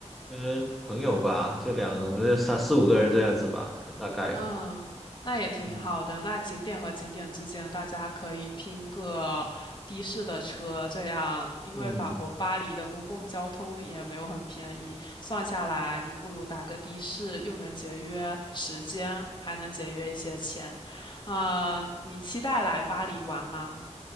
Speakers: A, in the centre; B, on the left.
A: 跟朋友吧，就两，呃三四五个人这样子吧，可大概，
B: 嗯，那也挺好的。
A: 嗯
B: 那景点和景点之间，大家可以拼个的士的车，这样，因为法国巴黎的公共交通也没有很便宜，
A: 嗯，
B: 算下来，你不如打个的士，又能节约时间，还能节约一些钱。啊、你期待来巴黎玩吗？